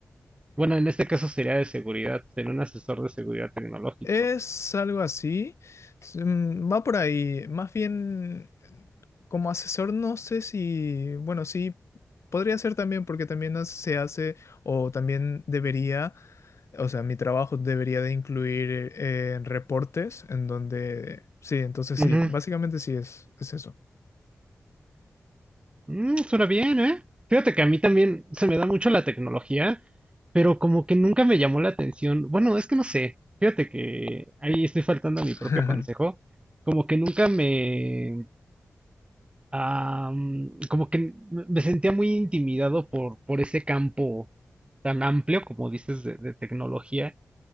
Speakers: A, on the right; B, on the left.
A: Bueno, en este caso sería de seguridad, ser un asesor de seguridad tecnológico.
B: Es algo así, s- mm, va por ahí, más bien eh, como asesor no sé si, bueno, sí, podría ser también porque también as- se hace o también debería, o sea, mi trabajo debería de incluir eh, reportes en donde, sí, entonces
A: Ujú.
B: sí, básicamente sí es, es eso.
A: Mm, suena bien, ¿eh? Fíjate que a mí también se me da mucho la tecnología, pero como que nunca me llamó la atención. Bueno, es que no sé. Fíjate que ahí estoy faltando a mi propio
B: <laughs>
A: consejo. Como que nunca me... ah, mm, como que me me sentía muy intimidado por, por ese campo tan amplio, como dices, de de tecnología.